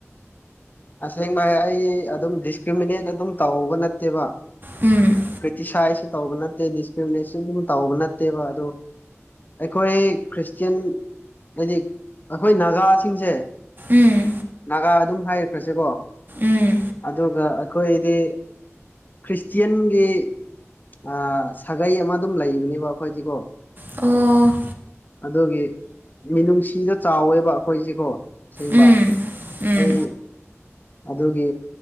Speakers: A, on the left; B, on the right.
A: ꯑꯁꯦꯡꯕ ꯍꯥꯏ ꯑꯩ ꯑꯗꯨꯝ ꯗꯤꯁꯀ꯭ꯔꯤꯃꯤꯅꯦꯠ ꯑꯗꯨꯝ ꯇꯥꯎꯕ ꯅꯠꯇꯦꯕ
B: ꯎꯝ
A: ꯀ꯭ꯔꯤꯇꯤꯁꯥꯏꯖꯁꯨ ꯇꯧꯕ ꯅꯠꯇꯦ ꯗꯤꯁꯀ꯭ꯔꯤꯃꯤꯅꯦꯁꯟ ꯑꯗꯨꯝ ꯇꯧꯕ ꯅꯠꯇꯦꯕ ꯑꯗꯣ ꯑꯩꯈꯣꯏ ꯈ꯭ꯔꯤꯁꯇꯟ ꯍꯥꯏꯗꯤ ꯑꯩꯈꯣꯏ ꯅꯥꯒꯥꯁꯤꯡꯁꯦ
B: ꯎꯝ
A: ꯅꯥꯒꯥ ꯑꯗꯨꯝ ꯍꯥꯏꯔꯈ꯭ꯔꯁꯦꯀꯣ
B: ꯎꯝ
A: ꯑꯗꯨꯒ ꯑꯩꯈꯣꯏꯗꯤ ꯈ꯭ꯔꯤꯁꯇꯤꯌꯥꯟꯒꯤ ꯑꯥ ꯁꯥꯒꯩ ꯑꯃ ꯑꯗꯨꯝ ꯂꯩꯕꯅꯦꯕ ꯈꯣꯏꯗꯤꯀꯣ
B: ꯑꯣ
A: ꯑꯗꯨꯒꯤ ꯃꯤꯅꯨꯡꯁꯤꯗꯣ ꯆꯥꯎꯋꯦꯕ ꯑꯩꯈꯣꯏꯁꯦꯀꯣ ꯁꯦꯡꯕ
B: ꯎꯝ ꯎꯝ
A: ꯑꯩ ꯑꯗꯨꯒꯤ